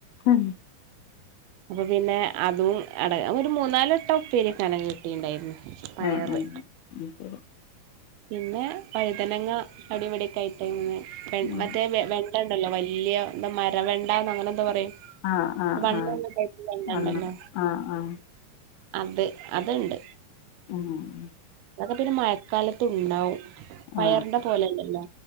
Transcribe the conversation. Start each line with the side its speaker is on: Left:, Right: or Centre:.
Left: ഉം
Right: അപ്പൊ പിന്നെ അതും അട ഒരു മൂന്നാല വട്ടം ഉപ്പേരി വെക്കാ നൊക്കെ കിട്ടിണ്ടായിരുന്നു പയറ്
Left: ആഹ ആഹ് അയ് ശരി
Right: പിന്നെ വഴുതനങ്ങ അവിടെ ഇവിടെക്കെയായിട്ട് ങ്ങനെ
Left: ആ
Right: മറ്റേ വെ ണ്ട ഇണ്ടല്ലോ വലിയ എന്താ മരവെണ്ട ന്ന് അങ്ങനെ എന്താ പറയും
Left: ആ ആ
Right: വണ്ണമുള്ള
Left: ആ ആ
Right: ടൈപ്പിലെ വെണ്ടയുണ്ടല്ലോ
Left: വന്നോളാം ആ ആ
Right: അത് അത്ണ്ട്
Left: ഉം.
Right: അതൊക്കെ പിന്നെ മ ഴക്കാലത്തുംണ്ടാവും
Left: ആ
Right: പയറിണ്ട പോലല്ലല്ലോ